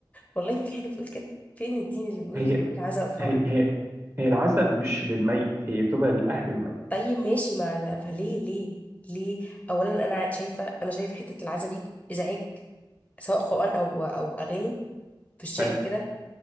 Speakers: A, on the left (about 15°); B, on the right (about 35°).
A: والله ما في حاجه بتقول كده فين الدين اللي بيقول
B: هي
A: اللي يعمل عزاء وفرح
B: هي هي هي العزا مش للميت هي بتبقى لاهل الميت
A: طيب ماشي ما لا- ما ليه ليه ليه اولا انا شايفه انا شايفه حته العزاء دي ازعاج سواء قران او او اغاني في الشارع
B: حلو
A: كده